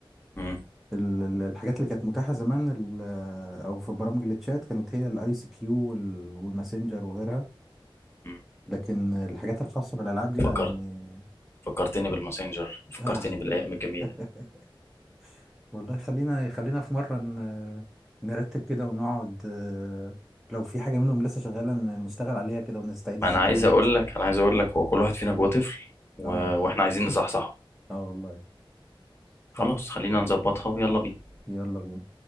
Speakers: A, on the left (about 30°); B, in the centre.
A: امم
B: ال- ال- الحاجات اللي كانت متاحه زمان ال- او في برامج التشات كانت هي الاي سي كيو والماسنجر وغيرها
A: أمم.
B: لكن الحاجات الخاصه بالالعاب دي لا
A: فكرت
B: يعني
A: فكرتني بالماسنجر فكرتني
B: آه.
A: بالايام الجميله
B: <laughs> والله خلينا خلينا في مره ن- نرتب كده ونقعد آه، لو في حاجه منهم لسه شغاله ن- نشتغل عليها كده ونستعيد
A: ما
B: الذكريات
A: انا عايز اقول لك انا عايز اقول لك هو كل واحد فينا جواه طفل و...
B: اه
A: واحنا عايزين نصحصحه
B: اه والله خلاص
A: خلاص خلينا نظبطها ويلا بينا
B: يلا بينا